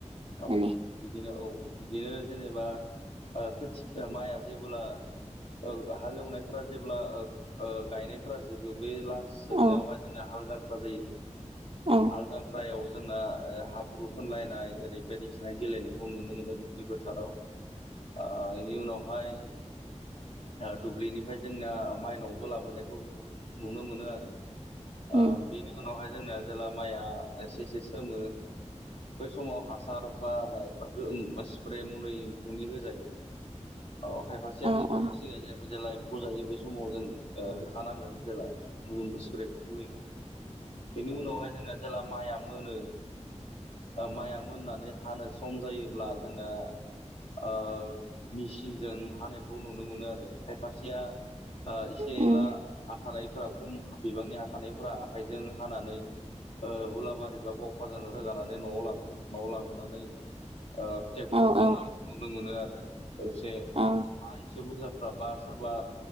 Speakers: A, on the left; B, on the right.
A: औ
B: माने
A: बिदिनो औ बिदिनो जेनेबा ओ खोथि माइआ जेबोला ओ हालेवनायफोरा जेब्ला ओ ओ गायनायफोरा जोबो बे लास जोबनायावहाय
B: औ
A: जोंना हाल जांख्ला जायो।
B: औ
A: हाल जाख्रायाव जोंना हाब्रु फोनलायनाय ओरै बायदिसिना गेलेनायखौ नुनो मोनो दुब्लि फोथाराव। आ बेनि उनावहाय ओ दुब्लिनिफ्राय जोंनाया माइनावबो लाबोनायखौ नु नुनो मोनो आरो।
B: उम
A: ओ बेनि उनावहाय जोंना जेला माइया एसे एसे सोमो बै समाव हा सार बा हो स्प्रे मुलै एम्फौनि होजायो। अ खायफासेया
B: औ
A: होयो खायफासे
B: औ
A: होया <unintelligible> जेला एम्फौ जायो बे समाव जों ओ होखानांगोन जेला <unintelligible> स्प्रेखौ मुलिखौ। बेनि उनावहाय जोंना जेला माइया मोनो ओ माइया मोननानै हानो सम जायोब्ला जोंना ओ मिसिनजों हानायखौ नुनो मोनो आरो। खायफासेया ओ इसे
B: उम
A: एला हा थानायफोरा खम बिबांनि हा थानायफोरा आखाइजों हानानै ओ हुलाबारि बा बावखाजों होगानानै न'आव लाबो न'वाव लाबोनानै ओ टेक्टरजों
B: औ औ
A: नानायखौ नुनो मोनो आरो। लोगोसे
B: आ
A: हा एसे बुरजाफोरा बा सोरबा